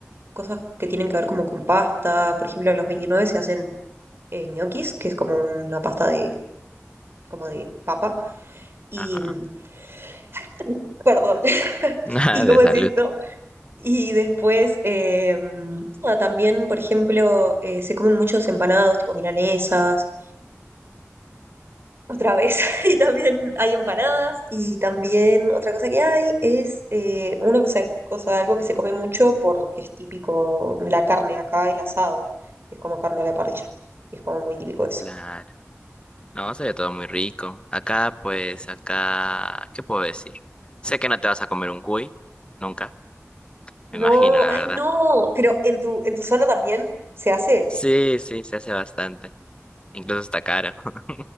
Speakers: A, on the right (about 50°); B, on the left (about 20°).
A: cosas que tienen que ver como con pasta. Por ejemplo, a los 29 se hacen eh, ñoquis, que es como una pasta de, como de papa. Y,
B: Ajá.
A: mm,
B: <laughs>
A: <laughs> perdón, <laughs>
B: Nada
A: ¿y cómo
B: de
A: es
B: salud.
A: esto? Y después, eh, nada, también, por ejemplo, eh, se comen muchos empanados, tipo milanesas, otra vez, <laughs> y también hay empanadas, y también otra cosa que hay es eh, uno que se, o algo que se come mucho porque es típico, la carne acá, el asado, es como carne a la parrilla, y es como muy típico eso.
B: Claro. No, se ve todo muy rico. Acá, pues, acá, ¿qué puedo decir? Sé que no te vas a comer un cuy, nunca, me imagino,
A: No,
B: la
A: ay
B: verdad.
A: no, pero en tu, en tu zona también se hace.
B: Sí, sí, se hace bastante. Incluso está caro. <laughs>